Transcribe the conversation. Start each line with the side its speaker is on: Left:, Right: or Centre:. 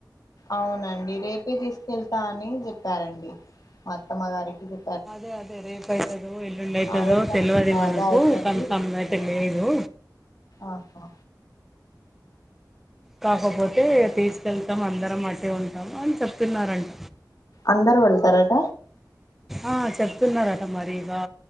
Left: అవునండి రేపే తీసుకెళ్తా అని చెప్పారండి మా అత్తమ్మ గారికి చె
Centre: అదే అదే రేపు అవుతుదో ఎల్లుండి అయితదో
Left: ఆవసం
Centre: తెలివది
Left: బాగా
Centre: మనకు
Left: అవుతుంది
Centre: కన్ఫర్మ్ తెలీదు
Left: ఆహా
Centre: కాకపోతే తీసుకెళ్తాం అందరం అట్టే ఉంటాము అని చెప్తున్నారంట
Left: అందరుూ వెళ్తారట
Centre: ఆ చెప్తున్నారట మరి ఇగా